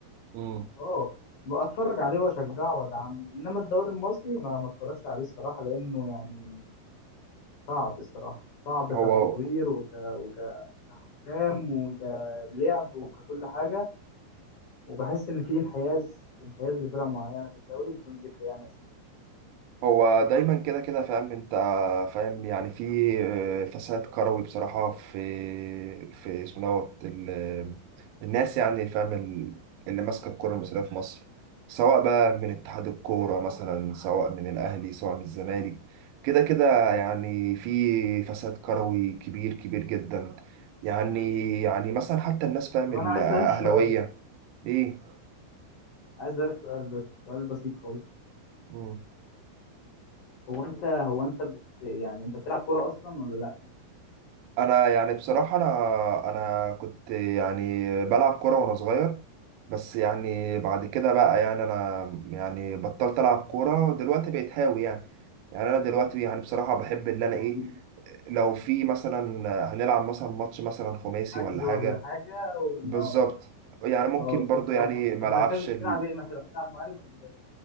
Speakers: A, on the right; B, on the left.
A: امم
B: اه اتفرج عليه واشجعه وادعمه انما الدوري المصري ما ما اتفرجش عليه الصراحه لانه يعني صعب الصراحه صعب
A: هو
B: كتصوير وك... وكأفلام وكلعب وككل حاجه وبحس ان في انحياز انحياز لفرق معينه في الدوري بدون ذكر يعني اسماء
A: هو دايما كده كده فاهم انت فاهم يعني في آه، فساد كروي بصراحة في في اسمه دوت ال- الناس يعني فاهم ال- اللي ماسكة الكرة المصرية في مصر سواء بقى من اتحاد الكورة مثلا سواء من الأهلي سواء من الزمالك كده كده يعني في فساد كروي كبير كبير جدا يعني يعني مثلا حتى الناس فاهم
B: طب
A: الأهلاوية
B: انا عايز اسالك سؤال
A: ايه
B: عايز اسالك سؤال بس سؤال بسيط خالص
A: مم.
B: هو انت قول. هو انت بت... يعني انت بتلعب كوره اصلا ولا لا
A: انا يعني بصراحه انا انا كنت يعني بلعب كوره وانا صغير بس يعني بعد كده بقى يعني انا يعني بطلت العب كوره ودلوقتي بقيت هاوي يعني يعني انا دلوقتي يعني بصراحه بحب اللي انا
B: يعني
A: ايه لو في مثلا هنلعب مثلا ماتش مثلا خماسي
B: حجز
A: ولا حاجه
B: ولا حاجه و...
A: بالظبط
B: اه
A: يعني ممكن
B: اه تخش
A: برضو
B: تلعب
A: يعني ما
B: طب مركزك
A: العبش ال...
B: بتلعب ايه مثلا بتلعب مهاجم ولا مدافع؟